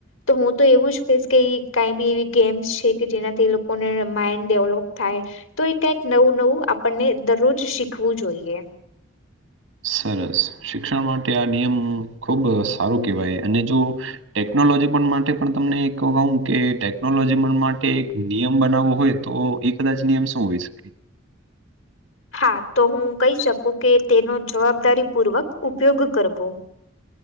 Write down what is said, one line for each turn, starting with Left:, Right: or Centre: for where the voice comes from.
Left: તો હું તો એવું જ કહીશ કે કાઈ બી એવી ગેમ્સ છે કે જેનાથી એ લોકોને માઈન્ડ ડેવલોપ થાય તો એ કંઈક નવું નવું આપણને દરરોજ શીખવું જોઈએ
Right: સરસ શિક્ષણ માટે આ નિયમ ખુબ સારું કેહેવાય અને જો ટેકનોલોજી પણ માટે પણ તમને એક કહું કે ટેકનોલોજી પણ માટે એક નિયમ બનાવવો હોય તો એક કદાચ નિયમ સું હોય શકે
Left: હા તો હું કહી શકું કે તેનો જવાબદારી પૂર્વક ઉપયોગ કરવો